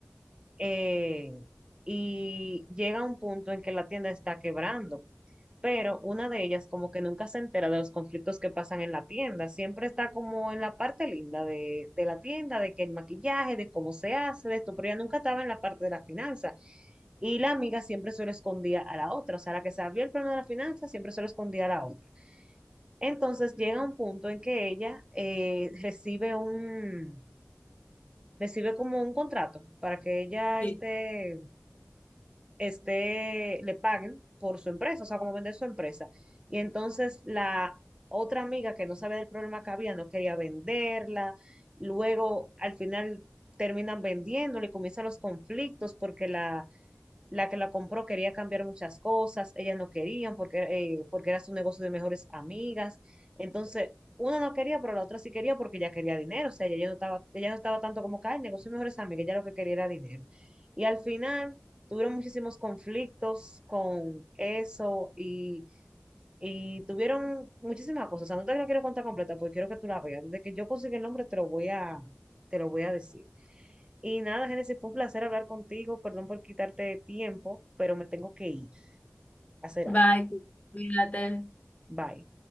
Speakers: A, on the right (about 20°); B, on the left (about 30°).
A: eh, y llega un punto en que la tienda está quebrando. pero una de ellas como que nunca se entera de los conflictos que pasan en la tienda, siempre está como en la parte linda de, de la tienda, de que el maquillaje, de cómo se hace, de esto, pero ella nunca estaba en la parte de la finanza. Y la amiga siempre se lo escondía a la otra, o sea, la que sabía el plano de la finanza siempre se lo escondía a la otra. Entonces llega un punto en que ella eh, recibe un, recibe como un contrato para que ella
B: Sí.
A: esté este, le paguen por su empresa, o sea, como vender su empresa. Y entonces la otra amiga que no sabía del problema que había, no quería venderla, luego al final terminan vendiéndole, y comienzan los conflictos porque la la que la compró quería cambiar muchas cosas, ellas no querían porque, eh, porque era su negocio de mejores amigas. Entonces, una no quería, pero la otra sí quería porque ella quería dinero. O sea, ella, ya no estaba, ella no estaba tanto como que "Ay, el negocio de mejores amigas, ella lo que quería era dinero. Y al final tuvieron muchísimos conflictos con eso y, y tuvieron muchísimas cosas. O sea, no te la quiero contar completa porque quiero que tú la veas. Desde que yo consiga el nombre te lo voy a, te lo voy a decir. Y nada, Génesis, fue un placer hablar contigo. Perdón por quitarte tiempo, pero me tengo que ir a hacer
B: Bye,
A: algo.
B: cuídate.
A: Bye.